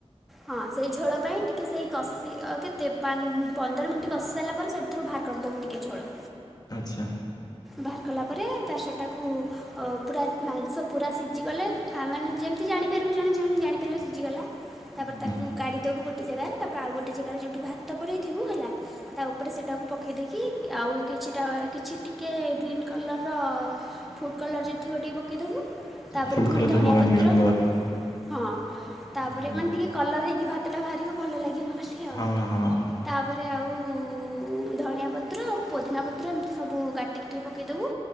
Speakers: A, in the centre; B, on the left.
A: ହଁ ସେଇ ଝୋଳ ପାଇଁ ଟିକେ ସେଇ କଷି ଅ କେତ ତେ ପାନ୍ ପନ୍ଦର ମିନିଟ୍ କଷି ସାରିଲା ପରେ ସେଥିରୁ ବାହାର କରିଦେବୁ ଟିକେ ଝୋଳ।
B: ଆଚ୍ଛା।
A: ବାହାର କଲା ପରେ ତାର୍ ସେଟାକୁ ଓ ପୁରା ମାଂସ ପୁରା ସିଝିଗଲେ ଆ ମାନେ ଯେମିତି ଜାଣିପାରିବୁ ଜଣେ ଯେମ ଜାଣିପାରିବ ସିଝିଗଲା। ତାପରେ
B: ହୁଁ
A: ତାକୁ କାଢ଼ିଦବୁ ଗୋଟେ ଜାଗାରେ ତାପରେ ଆଉ ଗୋଟେ ଜାଗାରେ ଯୋଉଠି ଭାତ ପୁରେଇଥିବୁ ହେଲା ତା ଉପରେ ସେଠ ତାକୁ ପକେଇଦେଇକି ଆଉ କିଛିଟା କିଛି ଟିକେ ଗ୍ରୀନ୍ କଲର୍ ର ଫୁଡ଼୍ କଲର୍ ଯଦି ଥିବ ଟିକେ ପକାଇଦବୁ ତାପରେ
B: ଫୁଡ୍
A: ଫୁଣି
B: କଲର ଯୋଉ
A: ଧନିଆ
B: ପକାନ୍ତି
A: ପତ୍ର
B: ରଙ୍ଗ
A: ହଁ ତାପରେ
B: ହୁଁ ହୁଁ
A: ମାନେ ଟିକେ କଲର୍ ହେଇକି ଭାତଟା ବାହାରିବ ଭଲ ଲାଗିବ ବୋଲି ଆଉ।
B: ହଁ ହଁ
A: ତାପରେ ଆଉ ଧଣିଆ ପତ୍ର ପୋଦିନା ପତ୍ର ଏମିତି ସବୁ କାଟିକି ଟିକେ ପକେଇଦବୁ।